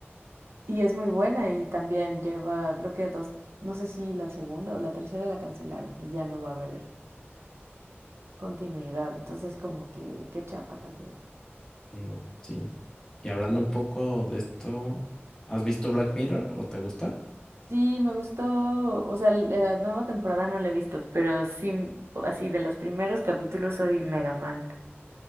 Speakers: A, on the right; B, on the left.
A: Y es muy buena y también lleva, creo que dos, no sé si la segunda o la tercera la cancelaron y ya no va a haber continuidad. Entonces, como que, qué chafa también.
B: mm, Sí. Y hablando un poco de esto, ¿has visto Black Mirror o te gusta?
A: Sí, me gustó, o sea, la la nueva temporada no la he visto, pero sí, así de los primeros capítulos soy mega fan.